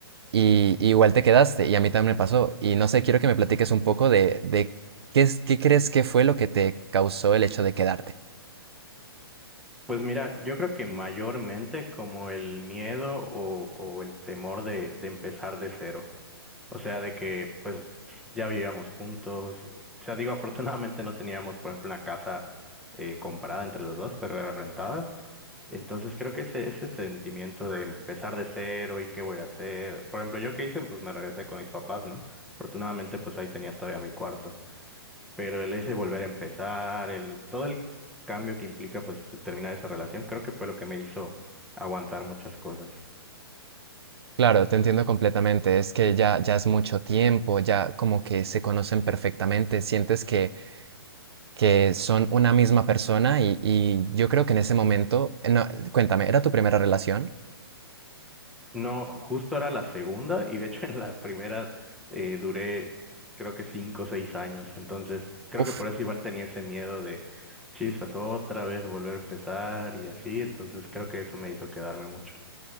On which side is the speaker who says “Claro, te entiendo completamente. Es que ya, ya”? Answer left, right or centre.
Right